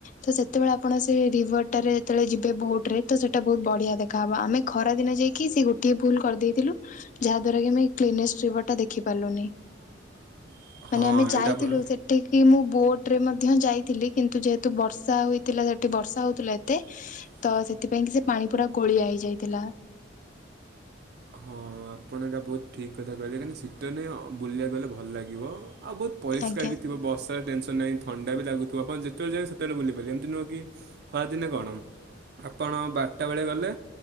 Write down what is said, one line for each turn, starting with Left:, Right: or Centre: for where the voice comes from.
Left: ତ ସେତେବେଳେ ଆପଣ ସେ ରିଭର ଟାରେ ଯେତେବେଳେ ଯିବେ ବୋଟ୍ ରେ ତ ସେଇଟା ବହୁତ ବଢିଆ ଦେଖାହେବ ଆମେ ଖରା ଦିନେ ଯାଇକି ସେ ଗୋଟଏ ଭୁଲ କରିଦେଇଥିଲୁ। ଯାହା ଦ୍ଵାରା କି ଆମେ କ୍ଲିନେଷ୍ଟ ରିଭର ଟା ଦେଖି ପାରିଲୁନି।
Right: <inaudible> ହଁ
Left: ମାନେ ଆମେ ଯାଇଥିଲୁ
Right: ଏଇଟା ଆପଣ
Left: ସେ ସେଠିକି ମୁଁ ବୋଟ୍ ରେ ମଧ୍ୟ ଯାଇଥିଲି କିନ୍ତୁ ଯେହେତୁ ବର୍ଷା ହୋଇଥିଲା ସେଠି ବର୍ଷା ହଉଥିଲା ଏତେ
Right: <inaudible>
Left: ତ ସେଥିପାଇଁ କି ସେ ପାଣି ପୁରା ଗୋଳିଆ ହେଇଯାଇଥିଲା।
Right: ହଁ ଆପଣ ଏଇଟା ବହୁତ ଠିକ୍ କଥା କହିଲେ କାହିଁକିନା ଶୀତ ଦିନେ ଅ ବୁଲିବାକୁ ଗଲେ ଭଲ ଲାଗିବ। ଆଉ ବହୁତ ପରିଷ୍କାର
Left: ଆଜ୍ଞା।
Right: ବି ଥିବ ବର୍ଷା ଟେନସନ୍ ନାହିଁ ଥଣ୍ଡା ବି ଲାଗୁଥିବ ଆପଣ ଯେତବେଳେ ଯାଏ ସେତବେଳେ ବୁଲି ପାରିବ ଏମିତି ନୁହଁକି ଖରାଦିନେ କଣ ଆପଣ ବାରଟା ବେଳେ ଗଲେ